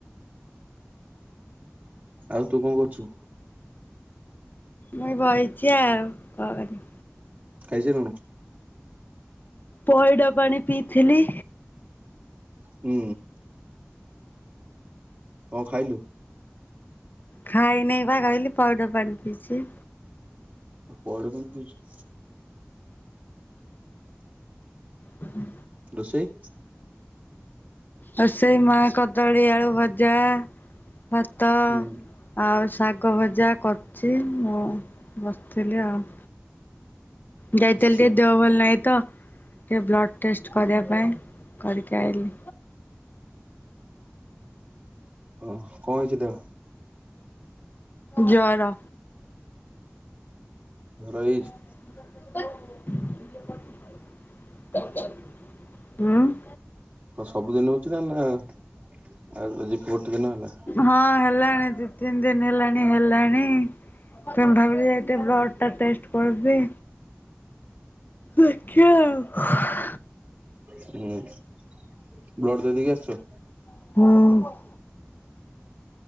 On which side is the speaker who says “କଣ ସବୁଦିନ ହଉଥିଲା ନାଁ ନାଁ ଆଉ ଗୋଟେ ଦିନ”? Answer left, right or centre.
Right